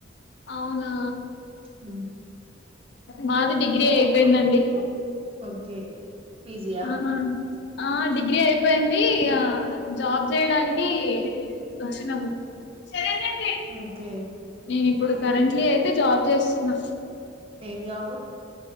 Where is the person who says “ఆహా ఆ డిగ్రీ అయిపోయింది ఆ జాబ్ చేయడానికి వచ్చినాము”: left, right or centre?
Left